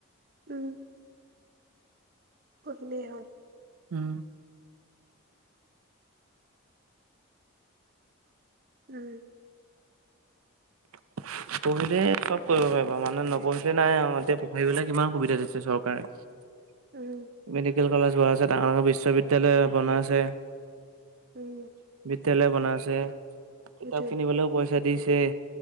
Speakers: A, on the right (about 45°); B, on the right (about 85°).
A: উম। পঢ়িলেই হ'ল।
B: উম।
A: উম।
B: <inaudible> পঢ়িলে চব কৰিব পাৰিব মানে, নপঢ়িলে নাই আৰু, এতিয়া পঢ়িবলৈ কিমান সুবিধা দিছে চৰকাৰে। <unintelligible>
A: উম।
B: মেডিকেল কলেজ বনাই আছে, ডাঙৰ-ডাঙৰ বিশ্ববিদ্যালয় বনাইছে।
A: উম।
B: বিদ্যালয় বনাইছে। কিতাপ
A: সেইটোৱে।
B: কিনিবলৈও পইচা দিছেই।